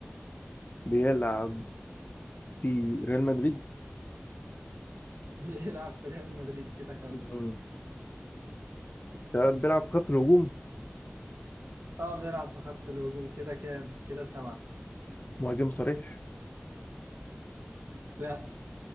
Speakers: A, on the left (about 40°); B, on the right (about 65°).
A: بيلعب في ريال مدريد
B: <laughs> بيلعب في ريال مدريد كده خمسه
A: مم. ده بيلعب في خط الهجوم
B: اه بيلعب في خط الهجوم كده كام كده سبعه
A: مهاجم صريح
B: لا